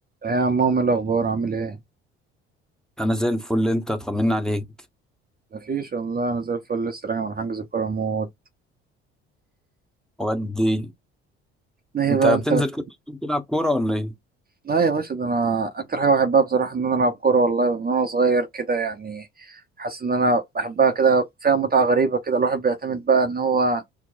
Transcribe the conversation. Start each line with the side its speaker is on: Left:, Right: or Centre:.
Right: إيه يا عم إيه الأخبار عامل إيه؟
Centre: انا زي الفل انت طمنا عليك
Right: مفيش والله أنا زي الفل لسه راجع من حجز كورة موت
Centre: ودي
Right: إيه
Centre: انت
Right: بقى
Centre: بتنزل
Right: أنت بت...
Centre: كل يوم تلعب كوره ولا ايه
Right: لا يا باشا ده أنا أكتر حاجة بحبها بصراحة إن أنا ألعب كورة والله من وأنا صغير كده يعني حاسس إن أنا بحبها كده فيها متعة غريبة كده الواحد بيعتمد بقى إن هو